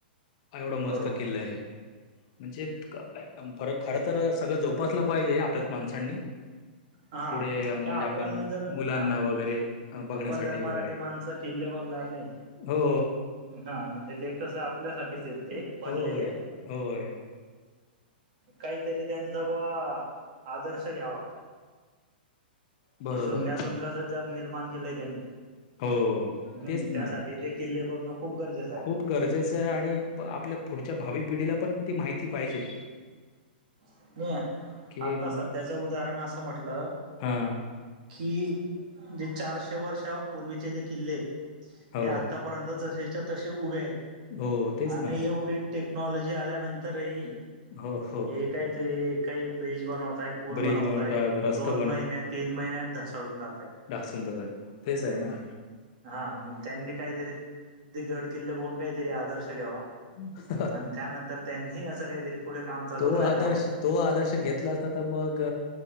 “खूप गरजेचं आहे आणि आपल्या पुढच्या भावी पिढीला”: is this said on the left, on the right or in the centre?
Left